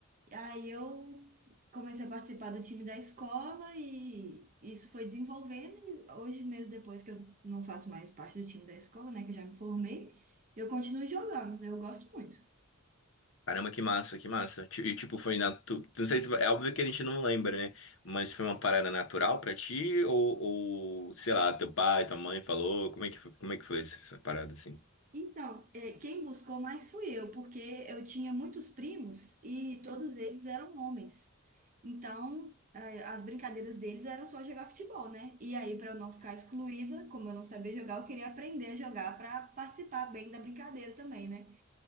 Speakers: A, on the right; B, on the left.
A: Aí eu comecei a participar do time da escola e isso foi desenvolvendo. E hoje, mesmo depois que eu não faço mais parte do time da escola, né, que eu já me formei, eu continuo jogando, eu gosto muito.
B: Caramba, que massa, que massa. Ti- E tipo, foi na tu, não sei se é óbvio que a gente não lembra, né? Mas foi uma parada natural pra ti ou, ou sei lá, teu pai, tua mãe falou, como é que foi- como é que foi essa essa parada assim?
A: Então, eh, quem buscou mais fui eu, porque eu tinha muitos primos e todos eles eram homens. Então, eh, as brincadeiras deles eram só jogar futebol, né? E aí, para eu não ficar excluída, como eu não sabia jogar, eu queria aprender a jogar para participar bem da brincadeira também, né?